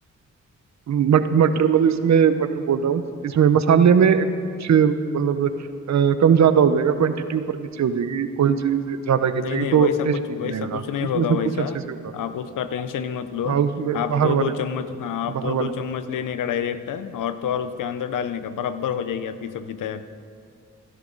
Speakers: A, on the right; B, on the left.
A: मट, मटर मतलब इसमें मटर बोल रहा हूँ इसमें मसाले में एक कुछ मतलब अ, कम ज्यादा हो जाएगा क्वांटिटी ऊपर नीचे हो जाएगी कोई चीज ज्यादा गिर
B: नहीं
A: जाएगी
B: नहीं वैसा
A: तो
B: कुछ
A: टेस्ट नहीं
B: वैसा
A: बनेगा
B: कुछ नहीं
A: उसमें
B: होगा
A: सब
B: वैसा
A: कुछ अच्छे से होगा
B: आप उसका टेंशन ही मत लो
A: हाँ उसमें
B: आप
A: बाहर
B: दो
A: वाले
B: दो
A: में
B: चम्मच हाँ आप
A: बाहर
B: दो दो
A: वाले
B: चम्मच
A: में
B: लेने का डायरेक्ट है और तो और उसके अंदर डालने का बराबर हो जाएगी आपकी सब्जी तैयार